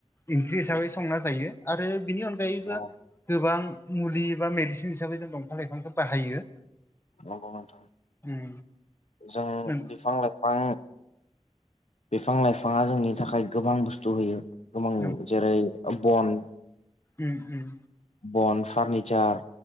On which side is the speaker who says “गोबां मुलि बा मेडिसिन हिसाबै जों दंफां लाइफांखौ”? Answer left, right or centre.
Left